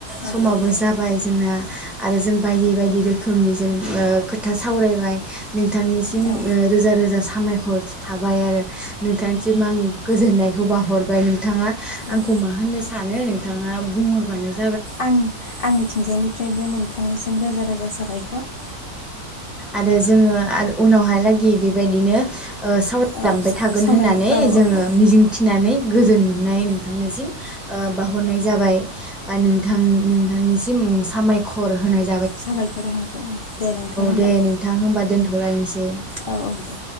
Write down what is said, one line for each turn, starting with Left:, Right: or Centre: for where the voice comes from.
Left: ओं
Centre: समाबो
Left: ओं
Centre: जाबाय जोंना आरो जों बायदि बायदि रोखोमनि जों ओ खोथ था सावरायबाय नोंथांनिसिम
Left: औ
Centre: ओ रोजा रोजा साह <unintelligible> मायखरस थाबाय आरो नोंथांनिसिम आं गोजोननायखौ बाहरबाय नोंथाङा आंखौ
Left: ओं
Centre: मा होननो स सानो नोंथाङा बुंहरबानो ज
Left: आं आंनिथिंजायनिफ्रायबो नों थांनिसिम रोजा-रोजा साबायखर
Centre: आरो जोङो आर उनावहालागि बेबायदिनो ओ सावरायलांबाय
Left: औ
Centre: थागोन
Left: सावराय
Centre: होननानै
Left: औ
Centre: जोङो
Left: औ औ
Centre: मिजिंथिनानै गोजोननाय नोंथांनिसिम ओ बाउहरनाय जाबाय बा नोंथां नोंथांनिसिम सामायखर होनाय ज
Left: साबायखर होनाय जाबाय ओं दे नों थाङो होमबा।
Centre: दे नोंथां होमबा दोनथ'लायनोसै
Left: औ औ दे